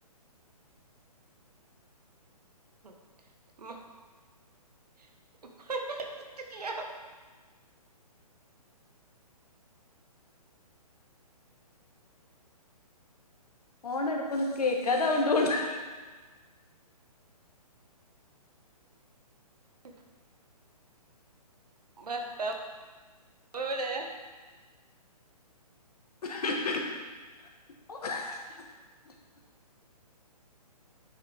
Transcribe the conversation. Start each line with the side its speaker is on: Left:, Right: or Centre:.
Right: <unintelligible>
Left: ഫോൺഎടുക്കൊന്ന് കേക്കാതാവ്ണ്ട് ഓണ്
Right: ഉ ഭർത്താവെവിടെ
Left: <unintelligible>